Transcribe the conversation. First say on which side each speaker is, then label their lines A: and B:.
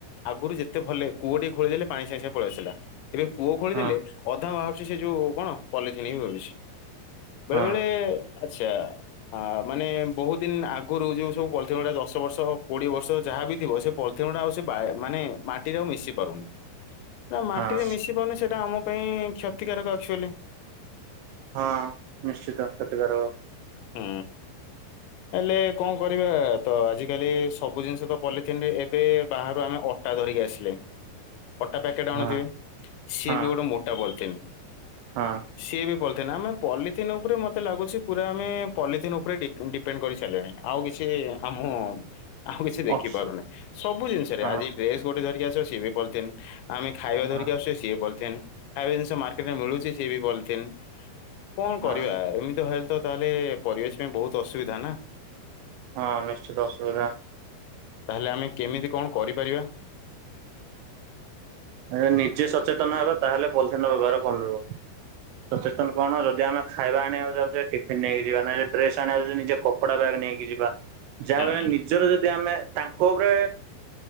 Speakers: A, on the left (about 80°); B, on the right (about 85°).
A: ଆଗରୁ ଯେତେ ଭଲେ କୂଅ ଟିକ ଖୋଳି ଦେଲେ ପାଣି ସାଙ୍ଗେ ସାଙ୍ଗେ ପଳେଇ ଆସୁଥିଲ। ଏବେ କୁଅ ଖୋଳି
B: ହଁ
A: ଦେଲେ ଅଧା ବାହାଘ ସେ ଯୋଉ କଣ ପଲିଥିନ ମିଳୁଛି। ବେଳେବେେଳେ
B: ହଁ
A: ଆଛା ଆ ମାନେ ବହୁତ ଦିନ ଆଗରୁ ଯୋଉ ସବୁ ପଲିଥିନ ଗୁଡ଼ା ଦଶ ବର୍ଷ କୋଡିଏ ବର୍ଷ ଯାହା ବି ଥିବ ସେ ପା ଆଉ ମାନେ ମାଟିରେ ଆଉ ମିଶି ପାରୁନି। ସେ ମାଟି
B: ହଁ
A: ରେ ମିଶି ପାରୁନି ସେଟା ଆମ ପାଇଁ କ୍ଷତିକାରକ ଆକ୍ଚୁଆଲି
B: ହଁ ନିଶ୍ଚିତ ରଥା ଘରବର
A: ହୁଁ ହେଲେ କଣ କରିବା ତ ଆଜିକାଲି ସବୁ ଜିନିଷ ତ ପଲିଥିନରେ ଏବେ ବାହାରୁ ଆମେ ଅଟା ଧରିକି ଆସିଲେ। ଅଟା ପ୍ୟାକେଟ୍ ଆଣୁଥିବେ
B: ହଁ
A: ସିଏ
B: ହଁ
A: ବି ଗୋଟେ ମୋଟା ବଲ୍ଥିନ୍
B: ହଁ
A: ସିଏ ବି ବ ଆମେ ପଲିଥିିନ ଉପରେ ମତେ ଲାଗୁଛି ପୁରା ପଲିିନ ଉପରେ ଡିପେଣ୍ଡ କରି ସାରିଲଣି ଆଉ କିଛି ଆମ ଆଉ କିଛି ଦେଖି
B: ଅଫସ୍
A: ପାରୁନହିି ସବୁ ଜିନିଷରେ
B: ହଁ
A: ଆଜି ଡ୍ରେସ ଗୋଟେ ଧରି ସ ବି ପଥନ୍ ଆମେ ଖାଇବା
B: ହଁ
A: ଧରିକି ଆସଛେ ସିଏ ବଥେ ଆ ଜିନିଷ ମାର୍କଟରେ ମିଳୁଛି ସେଏ ବି ବତ କଣ
B: ହଁ
A: କରିବା ଏମିତି ଭ ତାହେଲେ ପରିବେଶ ପାଇଁ ବହୁତ ଅସୁବିଧା ନା।
B: ହଁ ନିଶ୍ଚିତ ଅସୁବିଧା।
A: ତାହେଲେ ଆମେ କେମିତି କଣ କରିପାରିବା।
B: ଦ ନିଜେ ସଚେତନ ହେବ ତାହେଲେ ପଲିଥିିନ ର ବ୍ୟବହାର କମିବ ସଚେତନ କଣ ଯଦି ଆମେ ଖାଇବା ଆଣିବାକୁ ଯାଉଛେ ଟିଫିନ ନେଇକି ଯିବା ଡ୍ରେସ ଆଣିବାକୁ ଯାଉ ନିଜେ କପଡା ବ୍ୟାଗ୍ ନେଇକି ଯିବା। ଯାହା
A: ହୁଁ।
B: ବେଳେ ନିଜର ଯ ଯଦି ଆମେ ତାଙ୍କ ଉପରେ